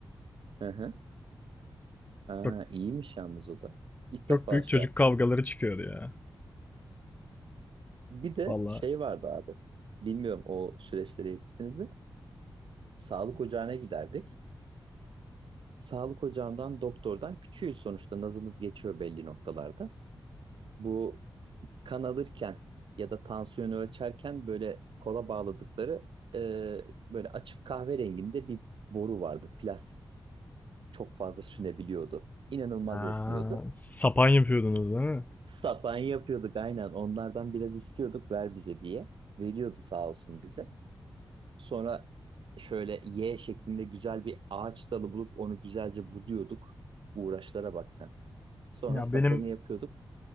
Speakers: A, on the right; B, on the left.
A: hı hı. Aa,
B: Çok,
A: iyiymiş yalnız o da. İlk defa
B: çok büyük
A: şey
B: çocuk
A: yaptım.
B: kavgaları çıkıyordu ya.
A: Bir de
B: Vallahi.
A: şey vardı abi. Bilmiyorum o süreçlere yetiştiniz mi? Sağlık ocağına giderdik. Sağlık ocağından doktordan küçüğüz sonuçta nazımız geçiyor belli noktalarda. Bu kan alırken ya da tansiyonu ölçerken böyle kola bağladıkları e, böyle açık kahverenginde bir boru vardı. Plastik çok fazla sünebiliyordu. İnanılmaz
B: Ha,
A: esniyordu.
B: sapan yapıyordunuz değil mi?
A: Sapan yapıyorduk aynen. Onlardan biraz istiyorduk ver bize diye. Veriyordu sağ olsun bize. Sonra şöyle Y şeklinde güzel bir ağaç dalı bulup onu güzelce buduyorduk. Uğraşlara bak sen. Sonra
B: Ya
A: sapanı
B: benim
A: yapıyorduk.